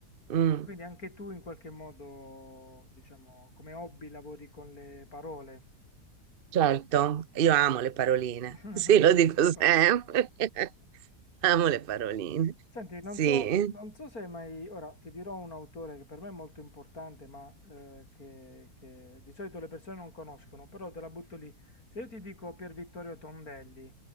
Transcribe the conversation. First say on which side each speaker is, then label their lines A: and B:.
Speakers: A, on the right; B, on the left.
A: Mm,
B: Beh, quindi anche tu in qualche modo, diciamo, come hobby lavori con le parole,
A: certo, io amo le paroline,
B: <laughs>
A: <laughs> sì, lo dico
B: le paroline.
A: sempre. <laughs> Amo le paroline,
B: Senti, non
A: sì.
B: so, non so se hai mai... Ora ti dirò un autore che per me è molto importante, ma eh, che, che di solito le persone non conoscono, però te la butto lì. Se io ti dico Pier Vittorio Tondelli,